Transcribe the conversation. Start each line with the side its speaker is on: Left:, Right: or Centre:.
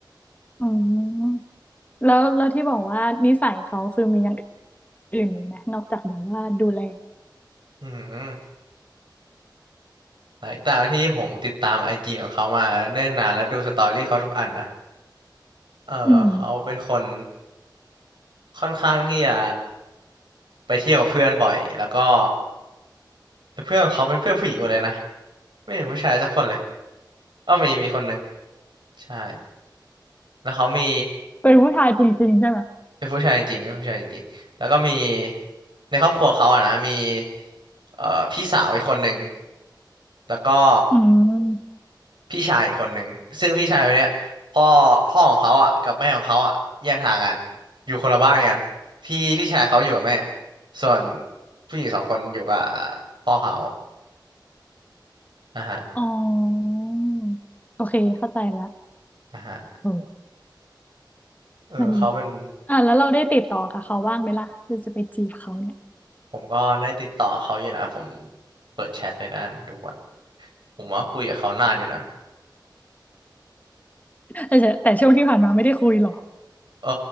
Left: อืมแล้วแล้วที่บอกว่านิสัยเขาคือมีอย่างอื่นอีกไหมนอกจากแบบว่าดูแล
Right: อืมหลังจากที่ผมติดตามไอจีของเขามาเนิ่นนานและดูสตอรี่เขาทุกอันนะเออเขาเป็นคน
Left: อืม
Right: ค่อนข้างที่จะ ไปเที่ยวกับเพื่อนบ่อยแล้วก็แต่เพื่อนของเขาเป็นเพื่อนผู้หญิงหมดเลยนะ ไม่เห็นผู้ชายสักคนเลยอ้อมีมีคนหนึ่งใช่แล้วเขามี
Left: เป็นผู้ชายจริงๆใช่ไหม
Right: เป็นผู้ชายจริงเป็นผู้ชายจริงแล้วก็มีในครอบครัวเขาอะนะมีเอ่อพี่สาวอีกคนหนึ่งแล้วก็
Left: อืม
Right: พี่ชายอีกคนหนึ่งซึ่งพี่ชายคนเนี้ยพ่อพ่อของเขาอะกับแม่ของเขาอะแยกทางกันอยู่คนละบ้านกันพี่พี่ชายเขาอยู่กับแม่ส่วนผู้หญิงสองคนอยู่กับพ่อเขาอ่ะฮะ
Left: อ๋อโอเคเข้าใจละ
Right: อ่ะฮะ
Left: เออ
Right: เออเขาเป็น
Left: มันอ่ะแล้วเราได้ติดต่อกับเขาบ้างไหมล่ะจะจะไปจีบเขาเนี่ย
Right: ผมก็ได้ติดต่อเขาอยู่นะผมเปิดแชทในด้านดูก่อนผมว่าคุยกับเขานานอยู่นะ
Left: <laughs> แต่จะแต่ช่วงที่ผ่านมาไม่ได้คุยหรอก
Right: เออ